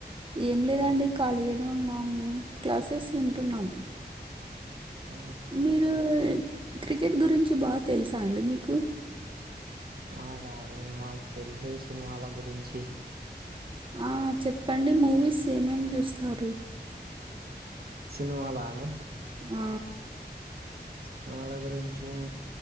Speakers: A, on the right (about 30°); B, on the right (about 60°).
A: ఏం లేదండి ఖాళీగానే ఉన్నాము క్లాసెస్ వింటున్నాము
B: ఆ
A: మీరు క్రికెట్ గురించి బా తెలుసా అండి మీకు
B: అ కాని మాకు తెలిసే సినిమాల గురించి
A: ఆ చెప్పండి మూవీస్ ఏమేమి చూస్తారు
B: సినిమాలనే
A: ఆ
B: సినిమాల గురించి